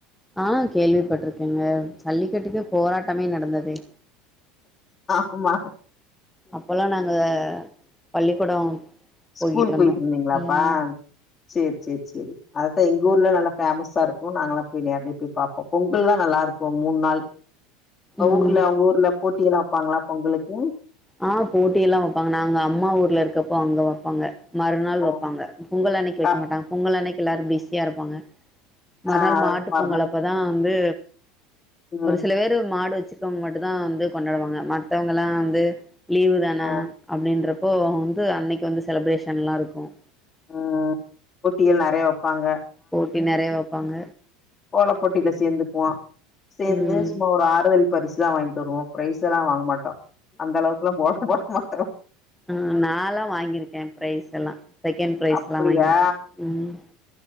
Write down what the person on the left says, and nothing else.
ஆம்மா
ஸ்கூல்
போயிட்ருந்தீங்ளாப்பா
செர் செர் செரி அததா எங்க ஊர்ல நல்லா ஃபேமஸா இருக்கும் நாங்கள்லா போய் நேர்லயே போய் பாப்போ கன்ட்டினீயூவா நல்லா இருக்கும் மூண் நாள் அவ்
ஊர்ல அவுங்க ஊர்ல போட்டில்லா வெப்பாங்ளா பொங்கலுக்கு
ஆ
கா
ஆ அதெல்லா
மறுநாள்
ம்
ஆ
ம் போட்டிகள் நறைய வெப்பாங்க
கோல போட்டில சேந்துக்குவோ சேந்து
சும்மா ஒரு ஆறுதல் பரிசுதா வாங்கிட்டு வருவோம் ப்ரைஸ்லா வாங்க மாட்டோ அந்த அளவுக்குல்லா கோலம் போட மாட்ட
அப்டியா